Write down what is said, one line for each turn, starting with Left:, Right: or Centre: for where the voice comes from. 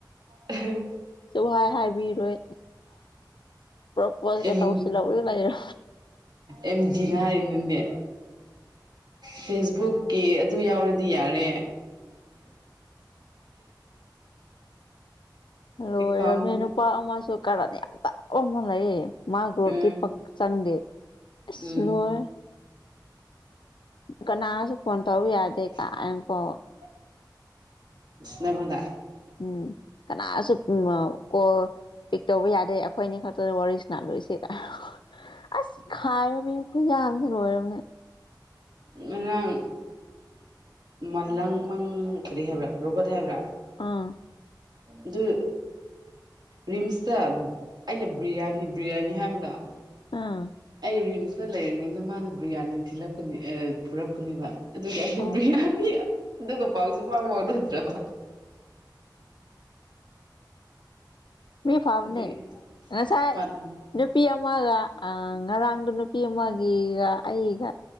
Right: ꯎꯝ
Left: ꯚꯥꯏ ꯍꯥꯏꯕꯤꯔꯣꯏ ꯄ꯭ꯔꯣꯄꯣꯁ
Right: ꯑꯦꯝ
Left: ꯀꯦ ꯇꯧꯁꯤꯂꯕꯨ ꯂꯩꯔꯣ
Right: ꯑꯦꯝ ꯅꯥꯅꯦ ꯐꯦꯁꯕꯨꯛꯀꯤ ꯑꯗꯨ ꯌꯥꯎꯔꯗꯤ ꯌꯥꯔꯦ
Left: ꯂꯣꯏꯔꯕꯅꯦ
Right: ꯑꯦꯀꯥꯎꯟꯗ
Left: ꯅꯨꯄꯥ ꯑꯃꯁꯨ ꯀꯔꯟ ꯌꯥꯝ ꯇꯥꯕꯥ ꯑꯃ ꯂꯩꯌꯦ ꯃꯥꯁꯨ
Right: ꯎꯝ
Left: ꯗꯤꯄꯥꯛ ꯆꯪꯗꯦ ꯑꯁ
Right: ꯎꯝ
Left: ꯂꯣꯏꯔꯦ꯫ ꯀꯅꯥꯁꯨ ꯐꯣꯟ ꯇꯧ ꯌꯥꯗꯦ ꯀꯥꯏꯅꯀꯣ
Right: ꯎꯝ ꯅꯪꯉꯣꯟꯗꯥ
Left: ꯎꯝ ꯀꯅꯥꯁꯨ ꯎ ꯀꯣꯜ ꯄꯤꯛ ꯇꯧꯕ ꯌꯥꯗꯦ ꯑꯩꯈꯣꯏ ꯑꯅꯤ ꯈꯛꯇꯗ ꯋꯥꯔꯤ ꯂꯣꯏꯁꯦ ꯀꯥꯏ ꯑꯁ ꯈꯥꯏꯕꯃꯤ ꯈꯨꯌꯝꯁꯦ ꯂꯣꯏꯔꯕꯅꯦ
Right: ꯉꯔꯥꯡ ꯃꯂꯥꯡ ꯃꯪ ꯀꯔꯤ ꯍꯥꯏꯕ꯭ꯔꯥ ꯔꯣꯕꯠ ꯍꯥꯏꯕ꯭ꯔꯥ
Left: ꯑꯥ
Right: <inaudible> ꯗꯨ ꯔꯤꯝꯁꯇ ꯑꯩꯅ ꯕꯤꯔꯌꯥꯅꯤ ꯕꯤꯔꯌꯥꯅꯤ ꯍꯥꯏꯕꯗꯣ
Left: ꯑꯥ
Right: ꯑꯩ ꯔꯤꯝꯁꯅ ꯂꯩꯔꯤꯉꯩꯗ ꯃꯥꯅ ꯕꯤ꯭ꯔꯌꯥꯅꯤ ꯊꯤꯜꯂꯛꯄꯅꯦ ꯄꯨꯔꯛꯄꯅꯦꯕ ꯑꯗꯨꯗꯤ ꯑꯩꯅ
Left: ꯑꯣ
Right: ꯕꯤ꯭ꯔꯌꯥꯅꯤ ꯑꯗꯨꯒ ꯄꯥꯎꯁꯨ ꯄꯥꯎ ꯐꯥꯎꯔꯨꯗ꯭ꯔꯕ
Left: ꯃꯤ ꯐꯥꯕꯅꯦ
Right: ꯑꯗꯨꯒꯤ
Left: ꯉꯁꯥꯏ
Right: ꯃꯥꯅ
Left: ꯅꯨꯄꯤ ꯑꯃꯒ ꯑ ꯉꯔꯥꯡꯗ ꯅꯨꯄꯤ ꯑꯃꯒꯤꯒ ꯑꯩꯒ